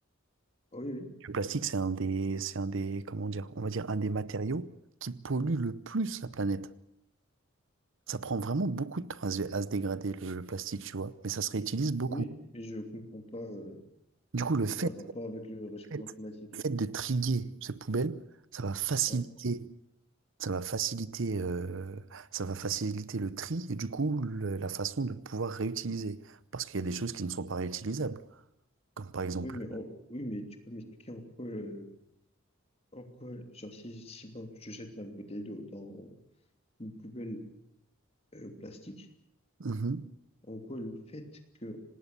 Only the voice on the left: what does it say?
oui, oui,
oui, mais je comprends pas, euh,
c'est
quoi le rapport avec le réchauffement
climatique?
Ouais.
Oui, mais en- oui, mais tu peux m'expliquer en quoi, euh, en quoi, genre si, si par exemple, je jette ma bouteille d'eau dans une poubelle euh, plastique,
en quoi le fait que